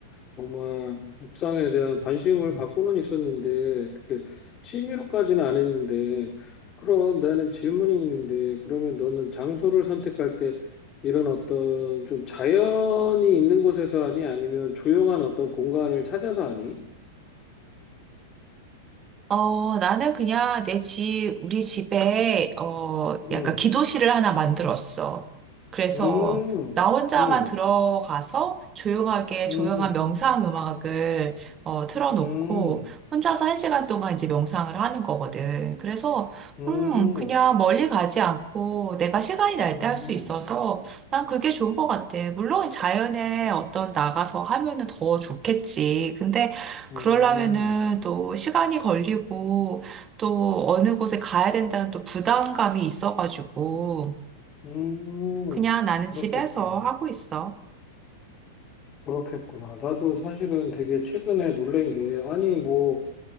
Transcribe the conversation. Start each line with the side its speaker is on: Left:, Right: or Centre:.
Left: 정말 묵상에 대한 관심을 갖고는 있었는데 이렇게 취미로까지는 안 했는데 그럼 나는 질문이 있는데 그러면 너는 장소를 선택할 때 이런 어떤 좀 자연이 있는 곳에서 하니 아니면 조용한 어떤 공간을 찾아서 하니?
Right: 어, 나는 그냥 내 집, 우리 집에, 어,
Left: 음,
Right: 약간 기도실을 하나 만들었어. 그래서
Left: 음,
Right: 나 혼자만
Left: 음,
Right: 들어가서 조용하게
Left: 음,
Right: 조용한
Left: 음,
Right: 명상 음악을 어, 틀어놓고
Left: 음,
Right: 혼자서 한 시간 동안 이제 명상을 하는 거거든. 그래서,
Left: 음,
Right: 음, 그냥 멀리 가지 않고 내가 시간이 날
Left: 음,
Right: 때 할 수 있어서 난 그게 좋은 것 같아. 물론 자연에 어떤 나가서 하면은 더 좋겠지. 근데
Left: 음,
Right: 그러려면은 또 시간이 걸리고 또 어느 곳에 가야 된다는 또 부담감이 있어가지고
Left: 음,
Right: 그냥 나는
Left: 그렇겠구나.
Right: 집에서 하고 있어.
Left: 그렇겠구나. 나도 사실은 되게 최근에 놀란 게, 아니, 뭐,